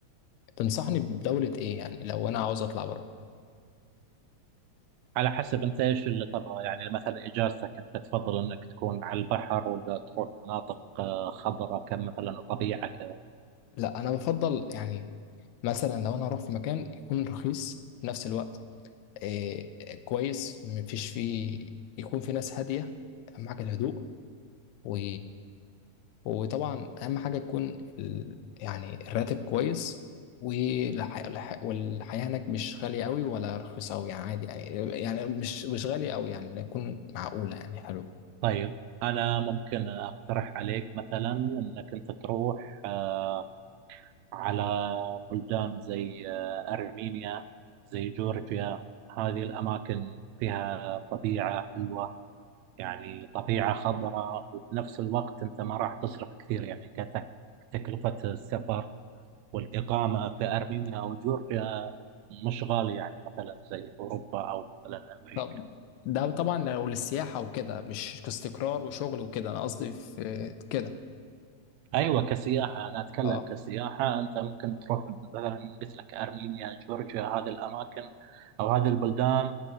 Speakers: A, on the left; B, on the right.
A: تنصحني بدوله ايه يعني لو انا عاوز اطلع بره
B: على حسب أنت إيش اللي تبغى يعني مثلا إجازتك أنت تفضل أنك تكون على البحر ولا تروح مناطق آه، خضراء كم مثلا وطبيعة كذا
A: لا انا بفضل يعني مثلا لو انا هروح في مكان يكون رخيص في نفس الوقت إيه كويس مفيش فيه يكون في ناس هادية اهم حاجة الهدوء و... وطبعا اهم حاجة تكون ال... يعني الراتب كويس والح... الح... والحياة هناك مش غالية قوي ولا رخيصة قوي يعني عادي يعني يعني مش مش غالية قوي يعني تكون معقولة يعني حلو
B: طيب أنا ممكن أقترح عليك مثلا أنك أنت تروح آه، على بلدان زي آه، أرمينيا زي جورجيا هذه الأماكن فيها طبيعة حلوة يعني طبيعة خضراء وبنفس الوقت أنت ما راح تصرف كثير يعني كت- كتكلفة السفر والإقامة في أرمينيا أو جورجيا مش غالي يعني مثلا زي أوروبا أو مثلا أمريكا
A: طب ده طبعا لو للسياحة وكده مش كاستقرار وشغل وكده انا قصدي في كده
B: ايوه كسياحه انا اتكلم
A: اه
B: كسياحه انت ممكن تروح مثلا قلت لك ارمينيا جورجيا هذه الاماكن او هذه البلدان